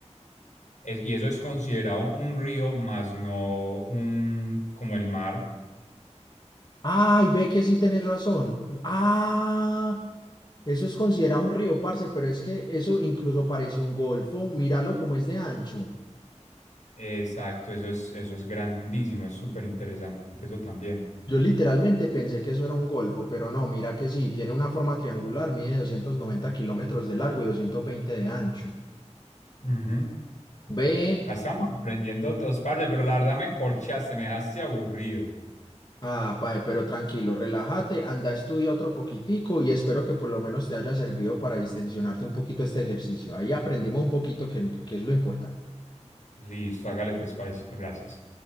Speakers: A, on the left; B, on the left.
A: Es- y eso es considerado un río más no un como el mar.
B: Ay, ve que sí tenés razón. Ah, eso es considerado un río, parce, pero es que eso incluso parece un golfo. Míralo como es de ancho.
A: Exacto, eso es, eso es grandísimo, es súper interesante eso también.
B: Yo literalmente pensé que eso era un golfo, pero no, mira que sí, tiene una forma triangular, mide 290 kilómetros de largo y 220 de ancho.
A: Ujú.
B: Ve,
A: Estamos aprendiendo todos, parce, pero la verdad me corchaste, me dejaste aburrido.
B: ah, pae, pero tranquilo, relájate, anda, estudia otro poquitico y espero que por lo menos te haya servido para distensionarte un poquito este ejercicio. Ahí aprendimos un poquito que, que es lo importante.
A: Listo, hágale pues, parecito, gracias.